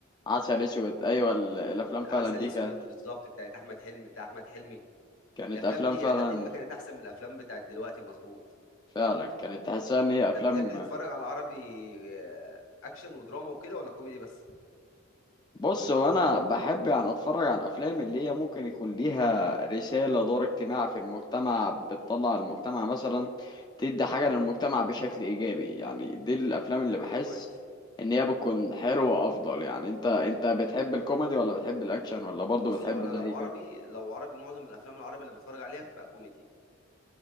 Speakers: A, on the left; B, on the left.
A: عسل اسود ايوه ال- الافلام فعلا
B: عسل
A: دي
B: اسود
A: كانت
B: بالظبط بتاعت احمد حلمي بتاع احمد حلمي
A: كانت
B: الافلام
A: افلام
B: دي
A: فعلا
B: الى حد ما كانت احسن من الافلام بتاعت دلوقتي مظبوط
A: فعلا كانت تحسها ان هي
B: انت
A: افلام
B: بتحب تتفرج على عربي آه، اكشن ودراما وكده ولا كوميدي بس
A: بص هو انا بحب يعني اتفرج على الافلام اللي هي ممكن يكون ليها رساله دور اجتماعي في المجتمع بتطلع المجتمع مثلا تدي حاجه
B: تمام
A: للمجتمع بشكل ايجابي يعني دي الافلام اللي
B: تمام
A: بحس
B: كويس
A: ان هي بتكون حلوه افضل يعني انت انت بتحب الكوميدي ولا بتحب الاكشن ولا برضه
B: بص
A: بتحب
B: هو انا
A: زي
B: لو
A: كده
B: عربي لو عربي معظم الافلام العربي اللي بتفرج عليها بتبقى كوميدي